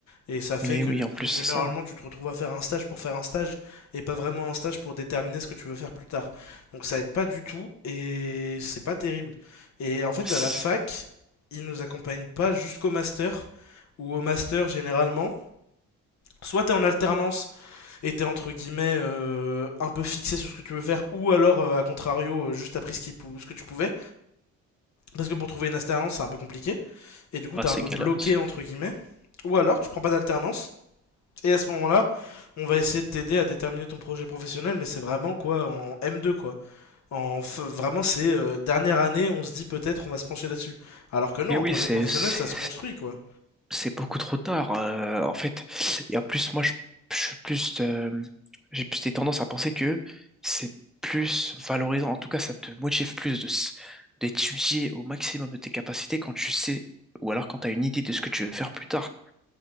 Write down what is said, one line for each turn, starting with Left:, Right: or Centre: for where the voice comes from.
Left: Et ça fait
Centre: mais
Left: que
Centre: oui,
Left: du
Centre: en
Left: coup,
Centre: plus c'est
Left: généralement,
Centre: ça.
Left: tu te retrouves à faire un stage pour faire un stage et pas vraiment un stage pour déterminer ce que tu veux faire plus tard. Donc ça aide pas du tout et c'est pas terrible. Et en fait,
Centre: C'est
Left: à la fac, ils nous accompagnent pas jusqu'au master ou au master généralement. Soit t'es en alternance et t'es entre guillemets euh, un peu fixé sur ce que tu veux faire, ou alors euh, à contrario euh, juste t'as pris ce, qui pou- ce que tu pouvais, parce que pour trouver une alternance c'est un peu compliqué, et du coup
Centre: ouais,
Left: t'es
Centre: c'est
Left: un peu
Centre: galère
Left: bloqué
Centre: aussi.
Left: entre guillemets. Ou alors tu prends pas d'alternance, et à ce moment-là, on va essayer de t'aider à déterminer ton projet professionnel, mais c'est vraiment quoi en m deux quoi. En f- vraiment c'est euh, dernière année, on se dit peut-être on va se pencher là-dessus. Alors que non,
Centre: Mais
Left: un
Centre: oui,
Left: projet
Centre: c'est
Left: professionnel
Centre: c'est-
Left: ça se construit quoi.
Centre: c'est beaucoup trop tard, euh, en fait. Et en plus, moi, je, je suis plus, euh, j'ai plus des tendances à penser que c'est plus valorisant. En tout cas, ça te motive plus de, s- d'étudier au maximum de tes capacités quand tu sais, ou alors quand tu as une idée de ce que tu veux faire plus tard.